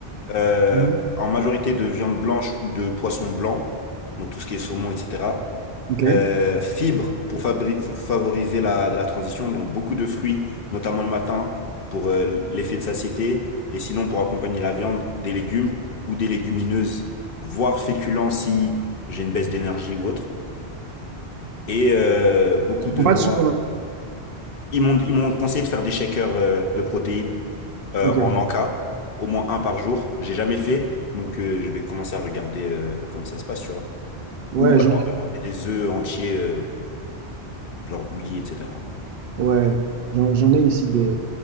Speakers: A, on the left; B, on the right.
A: euh,
B: Mhm.
A: en majorité de viande blanche ou de poisson blanc, donc tout ce qui est saumon, etc.
B: Ok.
A: Euh, fibres pour, fabri- pour favoriser la, la transition, donc beaucoup de fruits, notamment le matin, pour euh, l'effet de satiété, et sinon pour accompagner la viande, des légumes ou des légumineuses, voire féculents si j'ai une baisse d'énergie ou autre. Et euh, beaucoup
B: Tu
A: de
B: prends pas
A: noix.
B: de suppléments.
A: Ils m'ont ils m'ont conseillé de faire des shakers euh, de protéines euh,
B: Ok.
A: en Anka, au moins un par jour. J'ai jamais fait, donc euh, je vais commencer à regarder euh, comment ça se passe, tu vois.
B: Ouais,
A: Ou
B: j'en
A: alors demander des œufs entiers, euh, genre bouillis, etc.
B: ouais, j'en, j'en ai ici des,